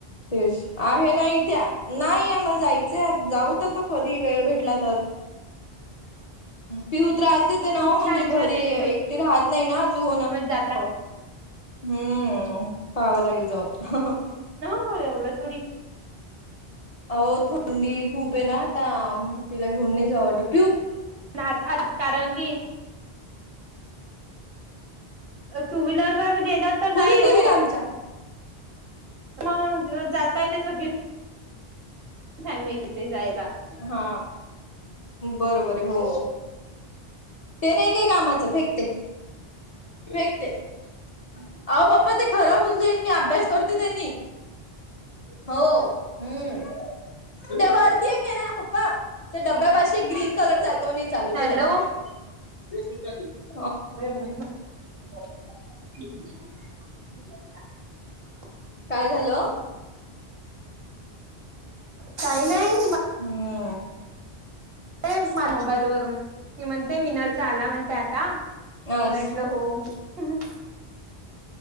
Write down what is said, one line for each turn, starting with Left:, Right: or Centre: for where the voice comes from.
Left: तेच आहे ना त्या नाही आम्हाला जायचंय जाऊत आता कधी वेळ भेटला तर पिऊू त्रास देते ना
Right: खूप
Left: हो म्हणजे
Right: छान छान
Left: घरी
Right: आहे तिथं
Left: एकटे राहत नाही ना अजू ना
Right: जात
Left: हम्म पाहावं लागेल जाऊन
Right: हो एवढं थोडी
Left: अ थंडी खूप आहे ना तर तिला घेऊन नाही जा आवटत
Right: ना कारण की टू व्हीलर वर गेलं तर नाही
Left: खोलीत
Right: हो
Left: गेली का आमच्या
Right: मग जाताय ते सगळी फॅमिली ते जाय
Left: हा बरोबर आहे हो ते नाही काय कामाच फेकते फेकते अह पप्पा ते खराब होऊन जाईन मी अभ्यास करते त्यांनी हो हम्म त्या वरती पप् डबब्या पा ग्रीन कलर चा य तो चालूतो
Right: हॅलो
Left: द्या त
Right: तयार हायत ना
Left: काय झालं
Right: काही नाही
Left: हम्म
Right: दे दूषण मोबाईल वरून '' ती म्हणते मिनलचा आला म्हणते आता अलर्ट
Left: अस
Right: हो.. हह